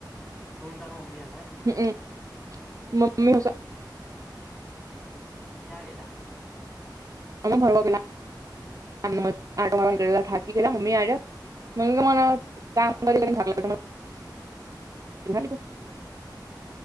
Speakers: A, in the centre; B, on the right.
A: તુંન તાર મમ્મી હ
B: હમમ મમ્મી હસ
A: ક્યા ગેલા?
B: અમે ફરવા ગેલા એમને એમજ આટો મારવા ગેલા થાકી ગેલા મમ્મી હાટે મને તો હવે
A: ક્યાં
B: કામ
A: આગળ
B: કરી કરી ને થાક લાગે. <unintelligible>
A: હમ્મ.